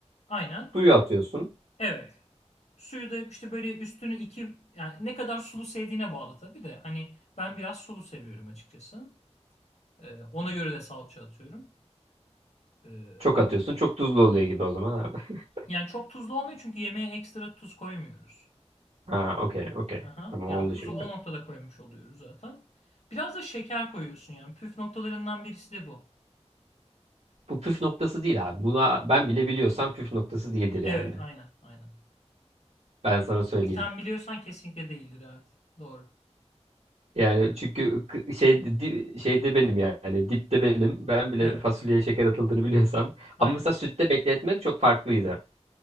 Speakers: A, on the left; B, on the right.
A: aynen
B: Suyu atıyorsun.
A: evet. Suyu da işte böyle üstünü iki yani ne kadar sulu sevdiğine bağlı tabii de. Hani ben biraz sulu seviyorum açıkçası. E, ona göre de salça atıyorum. E,
B: Çok atıyorsun. Çok tuzlu oluyor gibi o zaman abi. <laughs>
A: yani çok tuzlu olmuyor çünkü yemeğe ekstra tuz koymuyoruz.
B: Ha okey okey.
A: Aha.
B: Tamam
A: Yani
B: oldu
A: tuzu
B: şimdi.
A: o noktada koymuş oluyoruz zaten. Biraz da şeker koyuyorsun yani. Püf noktalarından birisi de bu.
B: Bu püf noktası değil abi. Buna ben bile biliyorsam püf noktası değildir
A: Evet,
B: yani.
A: aynen, aynen.
B: Ben sana söyleyeyim.
A: Sen biliyorsan kesinlikle değildir, evet. Doğru.
B: Yani
A: Aynen.
B: çünkü k- şey di- şeyde benim yani dipte benim. Ben bile
A: Evet,
B: fasulyeye şeker atıldığını biliyorsam.
A: aynen.
B: Ama mesela sütte bekletmek çok farklıydı.